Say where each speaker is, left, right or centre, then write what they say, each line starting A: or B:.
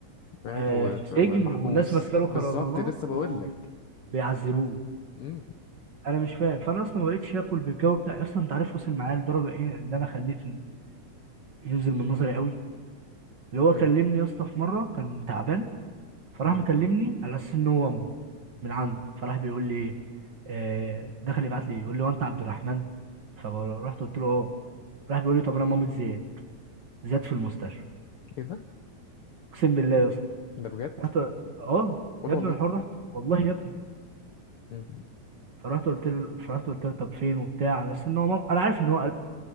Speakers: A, on the left (about 65°); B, on the right (about 40°).
A: قاعد
B: آه، في سجن
A: ومحبوس
B: والناس ماسكه له خرزانات
A: بالظبط لسه بقول
B: وبيعذبوه
A: لك امم
B: انا مش فاهم فانا اصلا ما بقتش اكل بالجو بتاعي اصلا انت عارف وصل معايا لدرجه ايه اللي انا خلتني ينزل من نظري قوي اللي هو
A: ايه
B: كلمني يا اسطى في مره كان تعبان فراح
A: مم.
B: مكلمني على اساس ان هو امه من عنده فراح بيقول لي ايه آه دخل يبعت لي يقول لي وانت عبد الرحمن فرحت قلت له اه راح بيقول لي طب انا مامة زياد زياد في المستشفى
A: كده
B: اقسم بالله يا اسطى
A: ده ده بجد
B: رحت اه
A: قول
B: يا
A: والله
B: ابن الحر رحت والله يا ابني
A: مم.
B: فرحت قلت له فرحت قلت له طب فين وبتاع على اساس ان هو مام... انا عارف ان هو